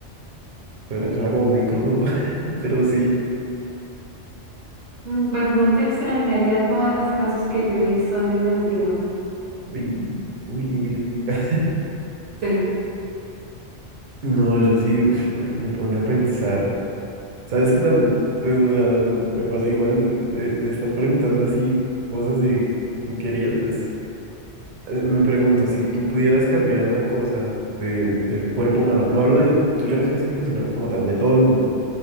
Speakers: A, on the right; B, on the right.
A: Suena, suena como muy crudo, <laughs> pero sí.
B: mm, pues no te extrañaría todas las casos que yo he visto en ese sentido.
A: Uy, uy, uy, uy. <laughs>
B: Sí.
A: No, yo sí, uf, me, me pone a pensar. ¿Sabes que también, pues, o sea, me pasa igual de, de estar preguntando así cosas de tú querías, pues. Eh, Me pregunto, si tú pudieras cambiar una cosa de- del cuerpo humano, no hablo del tuyo en específico, sino como tal, de todo el mundo,